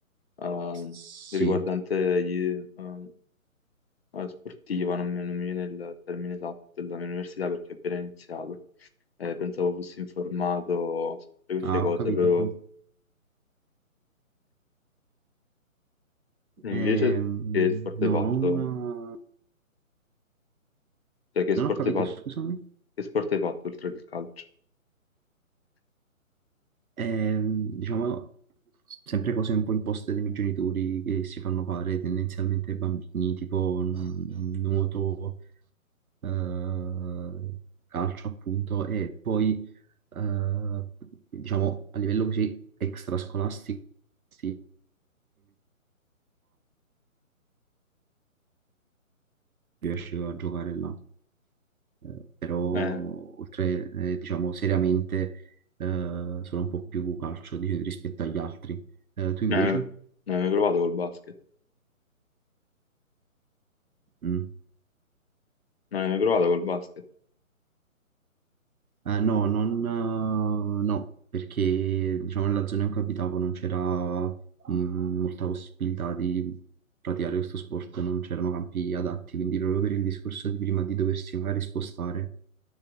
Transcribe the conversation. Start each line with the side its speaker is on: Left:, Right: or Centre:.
Left: ehm,
Right: s-
Left: riguardante
Right: sì,
Left: gli, ehm, la sportiva, non mi, non mi viene il termine esatto della mia università perché ho appena iniziato. Eh, pensavo fossi informato su tutte queste
Right: ah,
Left: cose,
Right: ho capito,
Left: proprio
Right: ho capito.
Left: invece
Right: Ehm,
Left: che sport
Right: no,
Left: hai fatto?
Right: non...
Left: Cioè, che
Right: Non
Left: sport
Right: ho capito,
Left: hai fatto,
Right: scusami.
Left: che sport hai fatto oltre il calcio?
Right: Ehm, diciamo, sempre cose un po' imposte dai miei genitori che si fanno fare tendenzialmente ai bambini, tipo mm, nuoto, eh, calcio appunto, e poi, eh, diciamo, a livello così extrascolastico, sì, riesce a giocare là. Eh, però
Left: Eh, eh,
Right: oltre, eh, diciamo, seriamente, eh, sono un po' più calcio di- rispetto agli altri. Eh, tu invece?
Left: non hai mai provato col basket?
Right: Mm.
Left: Non hai mai provato col basket?
Right: Eh, no, non, eh, no, perché diciamo nella zona in cui abitavo non c'era mh, molta possibilità di praticare questo sport, non c'erano campi adatti, quindi proprio per il discorso di prima di doversi magari spostare,